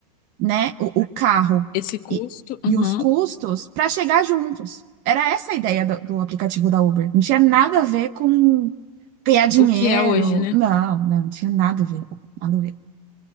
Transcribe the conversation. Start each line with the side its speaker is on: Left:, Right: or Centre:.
Right: né, o, o carro
Left: Esse custo,
Right: e, e
Left: uhum.
Right: os custos para chegar juntos? Era essa a ideia do, do aplicativo da Uber. Não tinha nada a ver com ganhar dinheiro.
Left: O que é hoje, né?
Right: Não, não, tinha nada a ver. Nada a ver.